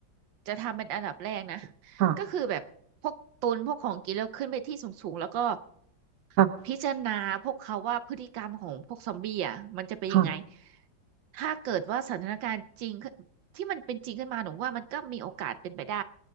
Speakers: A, on the right (about 80°); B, on the right (about 55°).
A: จะทำเป็นอันดับแรกนะ
B: ค่ะ
A: ก็คือแบบพวกตุนพวกของกินแล้วขึ้นไปที่สูงๆแล้วก็
B: ค่ะ
A: พิจารณาพวกเขาว่าพฤติกรรมของพวกซอมบี้อ่ะมันจะเป็นยังไง
B: ค่ะ
A: ถ้าเกิดว่าสถานการณ์จริงขึ้นที่มันเป็นจริงขึ้นมาหนูว่ามันก็มีโอกาสเป็นไปได้